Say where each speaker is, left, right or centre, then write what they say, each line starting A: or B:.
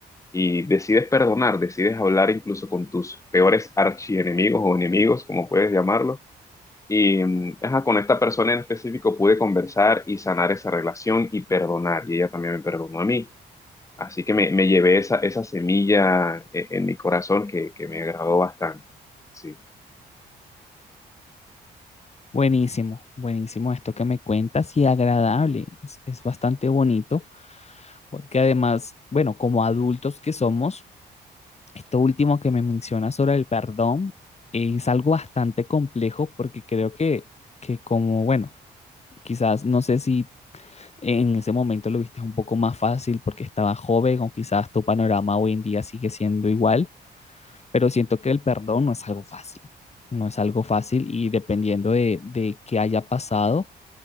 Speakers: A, on the left; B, on the left.
A: y decides perdonar, decides hablar incluso con tus peores archienemigos o enemigos, como puedes llamarlo. Y mm, ajá, con esta persona en específico pude conversar y sanar esa relación y perdonar, y ella también me perdonó a mí. Así que me, me llevé esa, esa semilla e- en, mi corazón que, que me agradó bastante. Sí.
B: Buenísimo, buenísimo esto que me cuentas y agradable, es, es bastante bonito, porque además, bueno, como adultos que somos, Esto último que me mencionas sobre el perdón es algo bastante complejo porque creo que, que como, bueno, quizás no sé si en ese momento lo viste un poco más fácil porque estaba joven o quizás tu panorama hoy en día sigue siendo igual, pero siento que el perdón no es algo fácil, no es algo fácil y dependiendo de, de qué haya pasado,